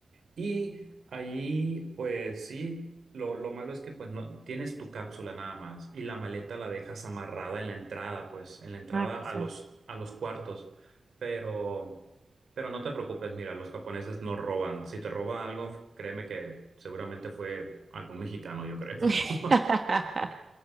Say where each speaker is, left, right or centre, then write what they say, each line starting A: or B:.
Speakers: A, on the right; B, on the right.
A: Y ahí, pues sí, lo, lo malo es que pues no tienes tu cápsula nada más y la maleta la dejas amarrada en la entrada, pues en la entrada
B: Ah, qué
A: a
B: feo.
A: los a los cuartos. Pero pero no te preocupes, mira, los japoneses no roban. Si te roba algo, créeme que seguramente fue algún mexicano, yo creo.
B: <laughs>
A: <laughs>